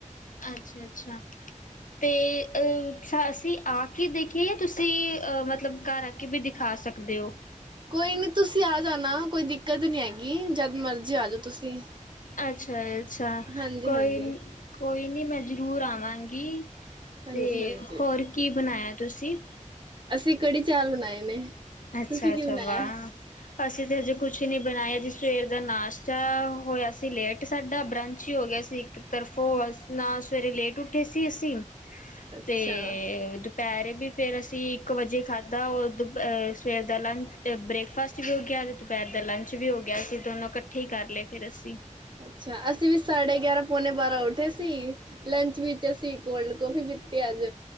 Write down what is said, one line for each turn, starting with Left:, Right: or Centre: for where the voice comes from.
Left: ਅੱਛਾ-ਅੱਛਾ ਤੇ ਅਹ ਅਸੀਂ ਆ ਕੇ ਦੇਖੀਏ ਜਾਂ ਤੁਸੀਂ ਅਹ ਮਤਲਬ ਘਰ ਆ ਕੇ ਵੀ ਦਿਖਾ ਸਕਦੇ ਹੋ।
Right: ਕੋਈ ਨੀ ਤੁਸੀਂ ਆ ਜਾਣਾ ਕੋਈ ਦਿੱ ਦਿੱਕਤ ਨੀ ਹੈਗੀ ਜਦ ਮਰਜੀ ਆ ਜਾਓ ਤੁਸੀਂ
Left: ਅੱਛਾ, ਅੱਛਾ
Right: ਹਾਂਜੀ
Left: ਕੋਈ
Right: ਹਾਂਜੀ
Left: ਕੋਈ ਨੀ, ਮੈਂ ਜ਼ਰੂਰ ਆਵਾਂਗੀ।
Right: ਹਾਂਜੀ
Left: ਤੇ
Right: ਹਾਂਜੀ
Left: ਹੋਰ ਕੀ ਬਣਾਇਆ? ਤੁਸੀਂ,
Right: ਅਸੀਂ ਕੜੀ ਚਾਲ ਬਣਾਏ ਨੇ,
Left: ਅੱਛਾ-ਅੱਛਾ
Right: ਤੁਸੀਂ ਕੀ ਬਣਾਇਆ
Left: ਵਾਹ, ਅਸੀਂ ਤਾਂ ਹਜੇ ਕੁਛ ਹੀ ਨਹੀਂ ਬਣਾਇਆ ਜੀ ਸਵੇਰ ਦਾ ਨਾਸ਼ਤਾ ਹੋਇਆ ਸੀ ਲੇਟ ਸਾਡਾ ਬਰੰਚ ਹੀ ਹੋ ਗਿਆ ਸੀ ਇੱਕ ਤਰਫੋਂ ਨਾ ਸਵੇਰੇ ਲੇਟ ਉੱਠੇ ਸੀ ਅਸੀਂ,
Right: ਅੱਛਾ
Left: ਤੇ, ਦੁਪਹਿਰੇ ਵੀ ਫੇਰ ਅਸੀਂ ਇੱਕ ਵਜੇ ਖਾਧਾ ਉਹ ਦੁ ਸਵੇਰ ਦਾ ਲੰਚ ਬ੍ਰੇਕਫਾਸਟ ਵੀ ਹੋ ਗਿਆ ਅਤੇ ਦੁਪਹਿਰ ਦਾ ਲੰਚ ਵੀ ਹੋ ਗਿਆ ਅਸੀਂ ਦੋਨੋਂ ਇਕੱਠੇ ਹੀ ਕਰ ਲਏ ਫਿਰ ਅਸੀਂ,
Right: ਅੱਛਾ ਅਸੀਂ ਵੀ ਸਾਡੇ ਗਿਆਰਾਂ ਪੌਣੇ ਬਾਰਾਂ ਉੱਠੇ ਸੀ ਲੰਚ ਵਿੱਚ ਅਸੀਂ ਕੋਲਡ ਕੋਫੀ ਪੀਤੀ ਅੱਜ,